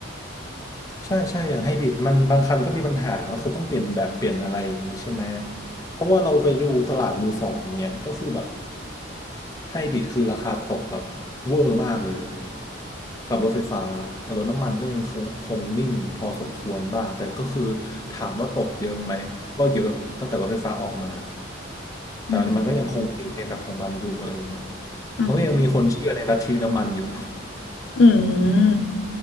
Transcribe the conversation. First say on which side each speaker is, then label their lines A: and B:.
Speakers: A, on the left; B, on the left.
A: ใช่ใช่อย่างไฮบริดมันบางคันก็มีปัญหาก็คือต้องเปลี่ยนแบตเปลี่ยนอะไรอย่างนี้ใช่ไหมเพราะว่าเราไปดูตลาดมือสองเนี่ยก็คือแบบไฮบริดคือราคาตกแบบเวอร์มากเลยอะกับรถไฟฟ้าแต่รถน้ำมันก็ยังคงคงนิ่งพอสมควรบ้างแต่ก็คือถามว่าตกเยอะไหมก็เยอะตั้งแต่รถไฟฟ้าออกมาแต่มันก็ยังคงนิ่งในแบบของมันอยู่อะไรเงี้ย
B: อืมอืม
A: มันก็ยังมีคนเชื่อในลัทธิน้ำมันอยู่
B: อืม